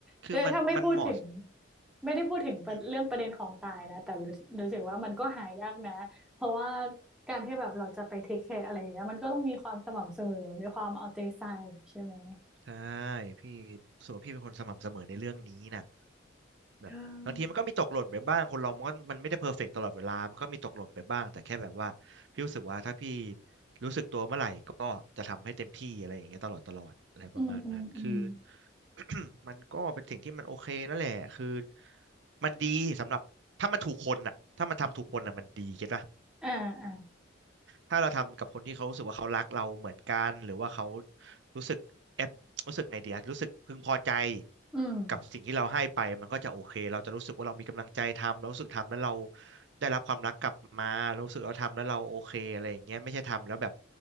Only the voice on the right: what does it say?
คือมันมันเหมาะ
อืม
ๆใช่พี่รู้สึกว่าพี่เป็นคนสม่ำเสมอในเรื่องนี้น่ะ แบบบางทีมันก็มีตกหล่นไปบ้างคนเรามันก็มันไม่ได้เพอร์เฟกต์ตลอดเวลามันก็มีตกหล่นไปบ้างแต่แค่แบบว่าพี่รู้สึกว่าถ้าพี่
รู้สึกตัวเมื่อไหร่ก็จะทำให้เต็มที่อะไรอย่างเงี้ยตลอดตลอดอะไรประมาณนั้นคือ
<coughs> <clears throat> มันก็เป็นสิ่งที่มันโอเคนั่นแหละคือมันดีสำหรับถ้ามันถูกคนอ่ะถ้ามันทำถูกคนอ่ะมันดีเก็ตปะ
ถ้าเราทำกับคนที่เขารู้สึกว่าเขารักเราเหมือนกันหรือว่าเขารู้สึกเอฟรู้สึกไงเดียรู้สึกพึงพอใจ
กับสิ่งที่เราให้ไปมันก็จะโอเคเราจะรู้สึกว่าเรามีกำลังใจทำเรารู้สึกทำแล้วเราได้รับความรักกลับมาเรารู้สึกเราทำแล้วเราโอเคอะไรอย่างเงี้ยไม่ใช่ทำแล้วแบบ